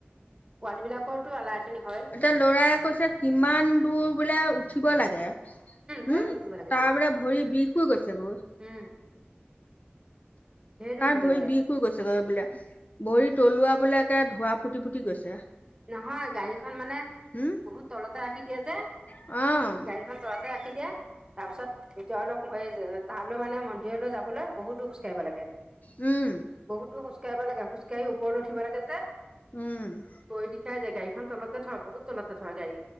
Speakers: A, on the right; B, on the left.
A: পোৱালী বিলাকৰতো আলাই আথানি হয়
B: এতিয়া ল'ৰাই কৈছে কিমান দূৰ বোলে উঠিব লাগে উম
A: ধেৰ দূৰ উঠিব লাগেতো
B: তাৰ বোলে ভৰি বিষ হৈ গৈছে গৈ
A: উম ধেৰ দূৰ
B: তাৰ
A: উঠিব
B: ভৰি
A: লাগে
B: বিষ হৈ গৈছেগৈ বোলে ভৰি তলুৱা বোলে একে ধোৱা ফুটি ফুটি গৈছে
A: নহয় গাড়ীখন মানে
B: উম
A: বহুত তলতে ৰাখি দিয়ে যে
B: অ'
A: গাড়ীখন তলতে ৰাখি দিয়ে তাৰপিছত ভিতৰলৈ সোমায়ো‌ তালৈ মানে মন্দিৰলৈ যাবলৈ বহুত দূৰ খোজ কাঢ়িব লাগে
B: উম
A: বহুত দুৰ খোজ কাঢ়িব লাগে খোজকাঢ়ি ওপৰলৈ উঠিব লাগে যে
B: উম
A: ভৰি বিষাই যায় গাড়ীখন তলতে থয় বহুত তলতে থয় গাড়ী